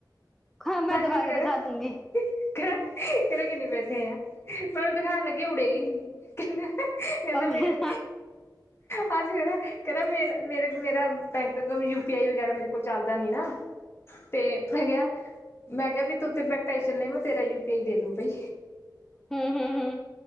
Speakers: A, in the centre; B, on the left (about 35°).
A: ਹ ਮੈਂ
B: ਹਾਂਜੀ
A: ਦੁਬਾਰਾ
B: ਮੈਨੂੰ ਕਹਿਰਾ,
A: ਦਿਖਾ ਦੂੰਗੀ
B: ਕਹਿਰਾ-ਕਹਿਰਾ ਕਿੰਨੇ ਪੈਸੇ ਆਏ ਆ। ਮੈਂ ਉਹਨੂੰ ਦਿਖਾਣ ਲੱਗੀ ਉਡੇ ਗਈ, ਕਹਿੰਦਾ-ਕਹਿੰਦਾ
A: ਹਾਂ ਹੂੰ
B: ਮੇਰੇ ਹਾਂਜੀ, ਕਹਿਰਾ ਮੇਰਾ ਮੇਰੇ ਮੇਰਾ ਬੈਂਕ ਕਾ ਯੂਪੀ ਆਈ ਵਗੈਰਾ, ਮੇਰੇ ਕੋਲ ਚੱਲਦਾ ਨੀ ਨਾ। ਤੇ ਮੈਂ ਕਿਹਾ-ਮੈਂ ਕਿਹਾ ਵੀ ਤੂੰ ਤੇ ਮੈਂ ਟੈਸ਼ਨ ਲੇ, ਮੈਂ ਤੇਰਾ ਯੂ ਪੀ ਆਈ ਦੇ ਦੂੰ ਭਾਈ।
A: ਹੂੰ-ਹੂੰ- ਹੂੰ।